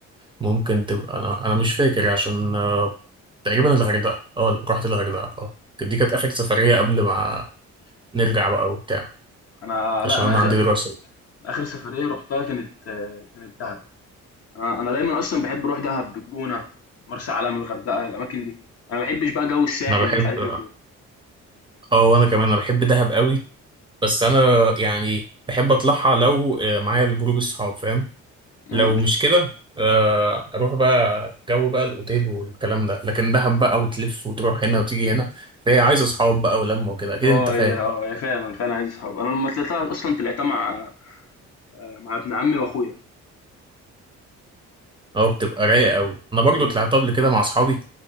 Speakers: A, on the right; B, on the left.
A: ممكن تبقى أنا أنا مش فاكر عشان آه، تقريبا الغردقة اه رحت الغردقة اه دي كانت آخر سفرية قبل ما نرجع بقى وبتاع
B: انا لا
A: عشان
B: انا
A: أنا
B: اخر
A: عندي
B: أنا
A: دراسة
B: آخر سفرية رُحتها كانت آه، كانت دهب، أنا أنا دايمًا أصلًا باحب أروح دهب، الجونة، مرسى علم، الغردقة، الأماكن دي، أنا ما باحبش بقى جو الساحل
A: أنا بحب
B: ومش عارف إيه وكده.
A: اه وأنا كمان أنا بحب دهب قوي بس أنا يعني بحب أطلعها لو آه، معايا الجروب الصحاب فاهم لو
B: إمم،
A: مش كده آه، اروح بقى جو بقى الاوتيل والكلام ده لكن دهب بقى وتلف وتروح هنا وتيجي هنا فهي عايزه اصحاب بقى ولمه وكده اكيد
B: آه
A: انت فاهم
B: هي آه
A: بقى
B: هي فعلًا، فعلًا عايزة صحاب، أنا لمّا طلعتها أصلًا طلعتها مع آه، مع ابن عمي وأخويا،
A: اه بتبقى رايقه قوي انا برضو
B: إمم،
A: طلعت قبل كده مع اصحابي